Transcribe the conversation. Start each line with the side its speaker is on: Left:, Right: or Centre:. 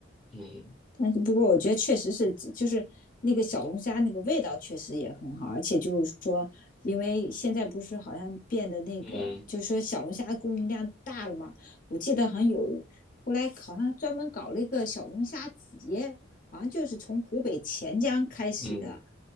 Centre: 嗯
Left: 但是不过，我觉得确实是，就是那个小龙虾那个味道确实也很好，而且就是说，因为现在不是好像变得那个，
Centre: 嗯
Left: 就是说小龙虾的供应量大了嘛，我记得好像有后来好像专门搞了一个小龙虾节，好像就是从湖北潜江开始的。
Centre: 嗯，